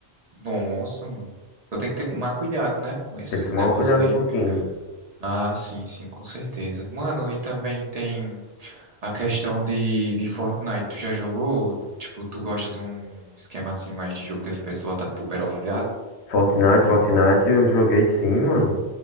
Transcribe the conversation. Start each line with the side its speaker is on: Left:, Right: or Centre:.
Right: Nossa, mano. Eu tenho que ter mais cuidado, né, com esses
Left: Tem que tomar
Right: negócios
Left: um cuidado
Right: aí.
Left: um pouquinho.
Right: Ah, sim, sim, com certeza. Mano, e também tem. A questão de, de Fortnite, tu já jogou? Tipo, tu gosta de um esquema assim mais de jogo de FPS voltado pro Battle Royale?
Left: Fortnite, Fortnite, eu joguei sim, mano.